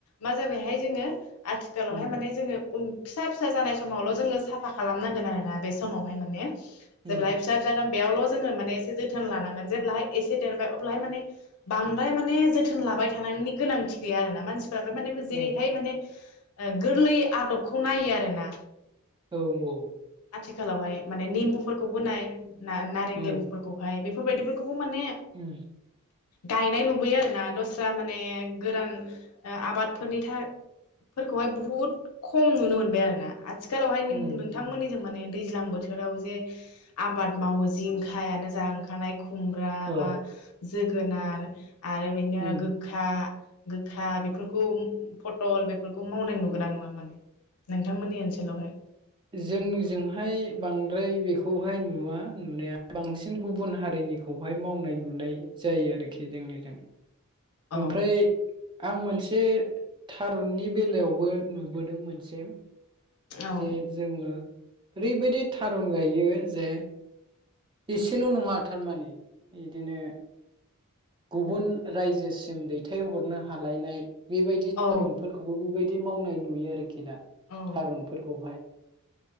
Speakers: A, on the left; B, on the right.
A: मा जाबायहाय जोङो आथिखालावहाय
B: उम
A: माने जोङो उन फिसा फिसा जानाय समावल' जोङो साफा खालामनांगोन आरोना बे समावहाय माने
B: उम
A: जेब्लाय फिसा फिसा बेयावल' जोङो एसे जोथोन लानांगोन जेब्लाहाय एसे देरबाय अब्लाहाय माने बांद्राय माने जोथोन लाबाय थानायनि गोनांथि गैया आरो ना मानसि फोरा बो माने जेरैहाय
B: ओ
A: माने ओ गोरलै आदबखौ नायो आरो ना
B: औ औ
A: आथिखालावहाय माने निमबु फोरखौबो नाय ना नारें
B: औ उम
A: लेबुफोरखौहाय बेफोरबायदिफोरखौबो माने
B: उम
A: गायनाय नुबोयो आरोना दस्रा माने गोरान ओ आबादफोरनि थार फोरखौहाय बहुद खम नुनो मोनबाय आरो ना आथिखालावहाय नों
B: उम
A: नोंथांमोननि
B: उम
A: जों माने दैज्लां बोथोराव जे आबाद मावो जिंखायानो जा ओंखारनाय खुम्ब्रा
B: औ
A: बा जोगोनार आरो बिदिनो
B: उम
A: गोखा गोखा बेफोरखौ फटल बेफोरखौ मावनाय नुगोना नुङा माने नोंथांमोननि ओनसोलावहाय?
B: जोंनिजोंहाय बांद्राय बेखौहाय नुवा नुनाया बांसिन गुबुन हारिनिखौहाय मावनाय नुनाय जायो आरोखि जोंनिजों
A: अ
B: ओमफ्राय आं मोनसे बे थारुननि बेलायावबो नुबोदों मोनसे
A: औ
B: जे जोङो ओरैबायदि थारुन गायो जे एसेल नङा थारमाने बिदिनो गुबुन रायजोसिम दैथायहरनो हालायनाय बेबायदि
A: औ
B: थारुनफोरखौबो बेबायदि मावनाय नुयो आरोखि दा
A: औ
B: थारुनफोरखौहाय